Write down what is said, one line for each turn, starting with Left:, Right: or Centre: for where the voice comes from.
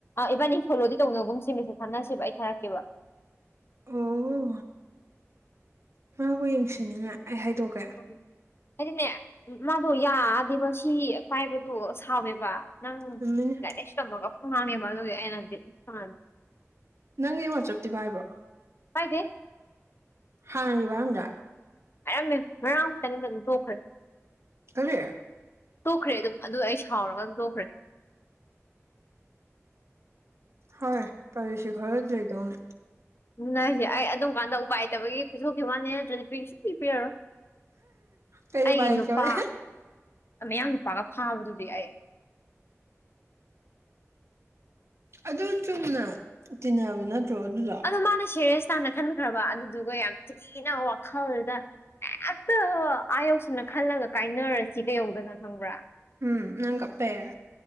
Left: ꯏꯕꯥꯅꯤ ꯐꯣꯂꯣꯗꯤ ꯇꯧꯅꯕꯒꯨꯝꯁꯦ ꯃꯦꯁꯦꯁ ꯊꯝꯅꯁꯦꯕ ꯑꯩ ꯊꯥꯔꯛꯀꯦꯕ
Right: ꯑꯣ ꯃꯥꯕꯨ ꯌꯦꯡꯁꯤꯟꯅꯤꯡꯉꯥꯏ ꯑꯩ ꯍꯥꯏꯗꯣꯛꯀꯦ
Left: ꯎ ꯍꯥꯏꯗꯤꯅꯦ ꯃꯥꯗꯣ ꯌꯥꯗꯦꯕ ꯁꯤ ꯄꯥꯏꯕꯗꯣ ꯁꯥꯎꯋꯦꯕ ꯅꯪ
Right: ꯆꯨꯝꯃꯤꯅꯦ
Left: ꯂꯦꯁꯃꯒ ꯄ ꯍꯥꯡꯦ ꯃꯗꯨꯅꯗꯤ ꯅ
Right: ꯅꯪꯒꯤ ꯋꯥꯆꯞꯇꯤ ꯄꯥꯏꯕ꯭ꯔꯣ
Left: ꯍꯥꯏꯥꯏꯗꯤꯦ
Right: ꯍꯥꯡ ꯋꯥꯝꯗ
Left: ꯍꯥꯏꯌꯥꯝꯝꯃꯦ ꯉꯥꯡꯨꯛꯇꯪꯝꯇꯪ ꯇꯣꯛꯈ꯭ꯔꯦ
Right: <unintelligible>
Left: ꯇꯣꯛꯈ꯭ꯔꯦ ꯑꯗꯨꯝ ꯑꯗꯨ ꯑꯩ ꯁꯥꯎꯔꯒ ꯑꯗꯨꯝ ꯇꯣꯛꯈ꯭ꯔꯦ
Right: ꯍꯣꯏ ꯄꯕꯤꯁꯤ ꯈꯔ ꯂꯩꯗꯧꯅꯦ
Left: ꯎ ꯅꯁꯦ ꯑꯩ ꯑꯗꯨꯝ ꯀꯥꯟꯗ ꯎꯄꯥꯏꯇꯕꯒꯤ ꯄꯤꯊꯣꯛꯈꯤꯕ ꯋꯥꯅꯦ ꯅꯠꯇ꯭ꯔꯗꯤ ꯄꯤ ꯁ ꯄꯤ ꯄꯤꯔꯣ
Right: ꯀꯩ
Left: ꯑꯩꯒꯤ
Right: ꯎꯄꯥꯏ ꯂꯩꯇꯕꯩ
Left: ꯅꯨꯄꯥ ꯃꯌꯥꯡ ꯅꯨꯄꯥꯒ ꯐꯥꯕꯗꯨꯗꯤ ꯑꯩ
Right: ꯑꯗꯨ ꯆꯨꯝꯅ ꯇꯤꯟꯅꯕ ꯅꯠꯇ꯭ꯔꯣ ꯑꯗꯨꯗꯣ
Left: ꯑꯣ ꯃꯥꯅ ꯁꯦꯔꯦꯁ ꯇꯥꯅ ꯈꯟꯈ꯭ꯔꯕ ꯑꯗꯨꯗꯨꯒ ꯌꯥꯝ ꯊꯤꯅ ꯋꯥꯈꯜꯗ ꯍꯦꯛꯇ ꯑꯥꯌꯧꯁꯅ ꯈꯜꯂꯒ ꯀꯥꯏꯅꯔꯁꯤ ꯀꯩ ꯌꯧꯗꯅ ꯈꯪꯕ꯭ꯔꯥ
Right: ꯎꯝ ꯅꯪ ꯀꯄꯦꯔꯦ